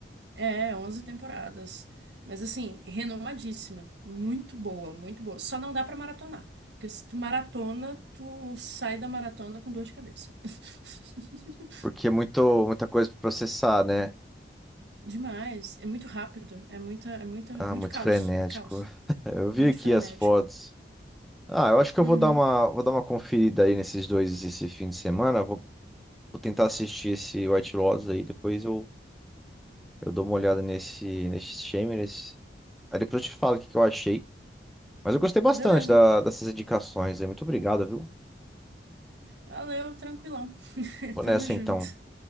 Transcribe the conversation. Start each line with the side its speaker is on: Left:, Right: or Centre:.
Right: É, 11 temporadas, mas assim, renomadíssima, muito boa, muito boa, só não dá pra maratonar, porque se tu maratona, tu sai da maratona com dor de cabeça. <laughs>
Centre: Porque é muito, muita coisa pra processar, né?
Right: Demais. É muito rápido. É muita, é muita,
Centre: Ah,
Right: muito
Centre: muito
Right: caos.
Centre: frenético.
Right: É caos.
Centre: <laughs> Eu vi
Right: Muito
Centre: aqui
Right: frenético.
Centre: as fotos. Ah, eu acho que eu
Right: Uhum.
Centre: vou dar uma, vou dar uma conferida aí nesses dois esse fim de semana. Vou, vou tentar assistir esse White Lotus aí, depois eu, eu dou uma olhada nesse, nesse Shameless. Aí depois eu te falo o que, que eu achei. Mas eu gostei bastante
Right: Beleza.
Centre: da- dessas indicações aí. Muito obrigado, viu?
Right: Valeu, tranquilão. <laughs>
Centre: Vou nessa
Right: Tamo junto.
Centre: então.